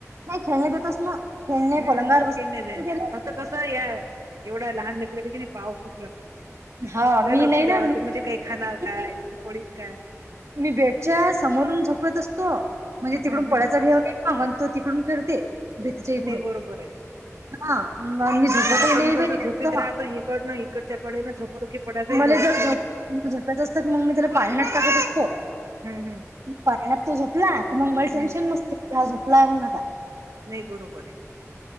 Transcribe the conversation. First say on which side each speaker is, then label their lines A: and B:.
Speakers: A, on the right; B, on the right.
A: नाही खेळण्यात येतस ना. खेळणे
B: हम्म.
A: पलंगावर बसून
B: खेळणेच हाय फक्त कसं या एवढ्या लहान लेकराल की नाही पहाव खूप लागते.
A: हो
B: लय
A: मी
B: लक्ष
A: नाही ना
B: द्याव
A: मी
B: ते म्हणजे काही खाणार काय, कुठे पडीन काय.
A: मी बेडच्या समोरून झोपत असतो म्हणजे तिकडून
B: हम्
A: पळायचा
B: हम्
A: भेव नाही. हां तो तिकडून फिरते भीतीच्या इकडून.
B: नाही बरोबर आहे
A: हा आणि मी झोपतही
B: नाही मग आपण
A: बाई
B: कसो झोपीत
A: जास्त
B: राहतो, इकडनं इकडच्याकडेनं झोपलो की पडायचंही
A: मला
B: भीव लागते
A: जर झोप-झोपयचं
B: ना
A: असतं की मग मी त्याला पाळण्यात टाकत असतो.
B: हम्म हम्
A: पाळण्यात तो झोपला, की मग मला टेन्शन
B: हम्म
A: नसते की हा झोपलाय म्हणून आता.
B: नाही बरोबर आहे.